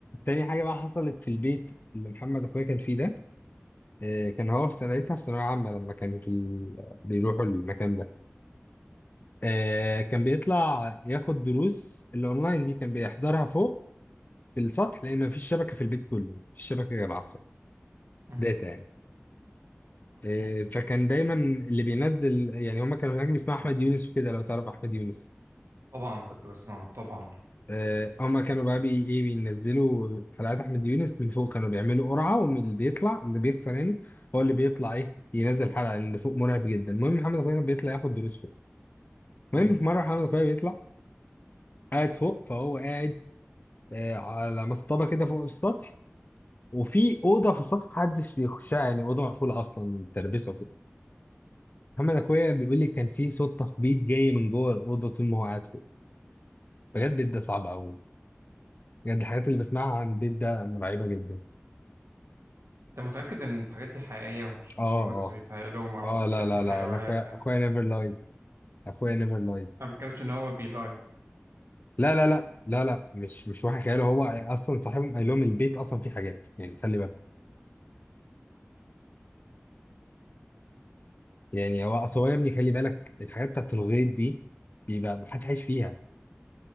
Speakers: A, on the left (about 40°); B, on the right (about 75°).
A: تاني حاجة بقى حصلت في البيت اللي محمد أخويا كان فيه ده آه كان هو في سنتها في ثانوية عامة لما كانوا في ال... بيروحوا المكان ده آه كان بيطلع ياخد دروس الأونلاين دي كان بيحضرها فوق في السطح لأن مفيش شبكة في البيت كله مفيش شبكة غير على السطح
B: مهم.
A: داتا يعني
B: اوكي
A: آه فكان دايما اللي بينزل يعني هما كانوا هناك بيسمعوا أحمد يونس وكده لو تعرف أحمد يونس
B: طبعا كنت بسمعه طبعا
A: آه، هما كانوا بقى بي ايه بينزلوا حلقات احمد يونس من فوق كانوا بيعملوا قرعه ومن اللي بيطلع اللي بيخسر يعني هو اللي بيطلع ايه ينزل حلقه اللي فوق مرعب جدا المهم محمد اخويا كان بيطلع ياخد دروس فوق المهم
B: مهم.
A: في مره محمد اخويا بيطلع قاعد فوق فهو قاعد آه على مصطبه كده فوق السطح وفي اوضه في السطح محدش بيخشها يعني اوضه مقفوله اصلا تربسه وكده محمد اخويا بيقول لي كان في صوت تخبيط جاي من جوه الاوضه طول ما هو قاعد فوق بجد البيت ده صعب قوي بجد الحاجات اللي بسمعها عن البيت ده مرعبه جدا
B: انت متأكد ان الحاجات دي حقيقية ومش
A: اه
B: هما
A: آه.
B: بس بيتهيأ لهم او
A: اه لا
B: كان في
A: لا
B: حيوانات
A: لا انا اخويا
B: يعني
A: اخويا نيفر لايز اخويا نيفر لايز
B: انا ما بتكلمش ان هو بيلاي
A: لا لا لا لا لا مش مش واحد خياله هو اصلا صاحبهم قال لهم البيت اصلا فيه حاجات يعني خلي بالك يعني هو اصل هو يا ابني خلي بالك الحاجات بتاعت الغيط دي بيبقى ما حدش عايش فيها